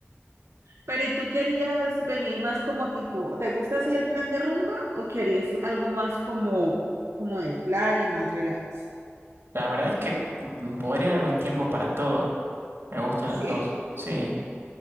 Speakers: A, on the right; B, on the right.
A: Pero ¿y tú querías venir más como tipo, ¿te gusta así el plan de rumba o querías algo más como, como de playa y más relax?
B: La verdad es que mm, mm, podría dar un tiempo para todo, me gustan
A: Sí,
B: las dos, sí.